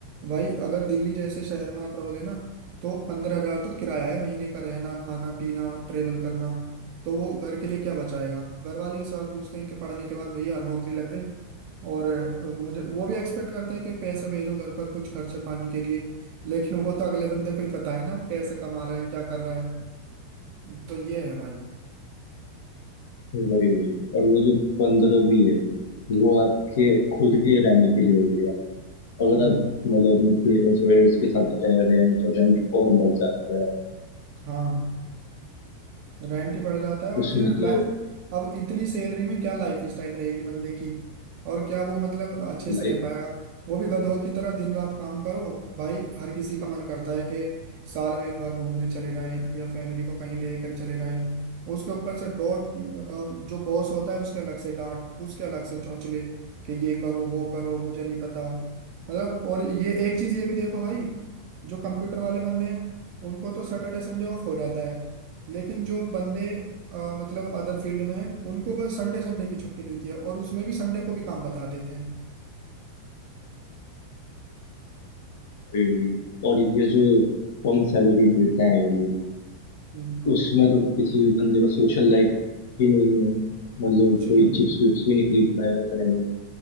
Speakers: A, on the right; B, on the left.
A: भाई अगर दिल्ली जैसे शहर में आप रहोगे ना तो पंद्रह हजार तो किराया है महीने का रहना खाना पीना ट्रेवल करना तो वो घर के लिए क्या बचाएगा घर वाले ये सवाल पूछते हैं कि पढ़ने के बाद भैया नौकरी लग गई और अ, मुझे वो भी एक्सपेक्ट करते हैं कि पैसे भेजो घर पर कुछ खर्च पानी के लिए लेकिन वो तो अगले बंदे को ही पता है ना वो कैसे कमा रहा है क्या कर रहा है तो ये है भाई
B: वही वही और वो जो पंद्रह भी है वो आपके खुद के रहने के लिए हो गया अगर
A: हम्म
B: आप मतलब क्लियरेंस वेयरेंस के साथ रह रहे हैं तो रेंट और बढ़ जाता है
A: हाँ रेंट ही बढ़ जाता है और
B: उसमें
A: फिर लाइ-
B: तो
A: अब इतनी सैलरी में क्या लाइफ स्टाइल रहेगी बंदे की और क्या वो मतलब अच्छे
B: लाइफ
A: से रह पाएगा वो भी गधों की तरह दिन रात काम करो भाई हर किसी का मन करता है कि साल में एक बार घूमने चले जाएं या फैमिली को कहीं लेकर चले जाएं उसके ऊपर से डॉट जो बॉस होता है उसके अलग से डांट उसके अलग से चौंचले कि ये करो वो करो मुझे नहीं पता मतलब और ये एक चीज ये भी देखो भाई जो कंप्यूटर वाले बंदे हैं उनको तो सैटरडे संडे ऑफ हो जाता है लेकिन जो बंदे अ, मतलब अदर फील्ड में हैं उनको बस संडे संडे की छुट्टी मिलती है और उसमें भी संडे को भी काम बता देते हैं
B: वही हुई और ये जो कम सैलरी देते हैं ये लोग
A: हम्म,
B: उसमें तो किसी भी बंदे का सोशल लाइफ ही नहीं है मतलब
A: कुछ नहीं
B: कोई चिप्स विप्स भी नहीं खरीद पाएगा उतने में